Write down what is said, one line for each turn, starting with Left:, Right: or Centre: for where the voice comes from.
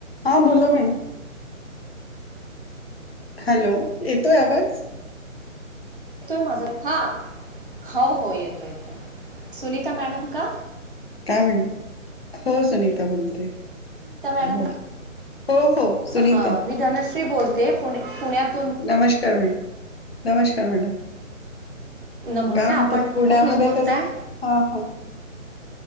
Left: हा बोला madam. Hello, येतोय आवाज?
Right: येतोय माझा हा हो हो येतोय येतोय, सुनीता मॅडम का?
Left: काय म्हणत हो सुनीता बोलते.
Right: त्या मॅडम
Left: बोल हो हो सुनीता.
Right: हां मी धनश्री बोलते पुणे पुण्यात
Left: नमस्कार मॅ नमस्कार मॅडम.
Right: नमस्कार
Left: काय म्हणता
Right: आपण
Left: पुण्यामध्ये
Right: कुठून बोलताय
Left: कसं हा हा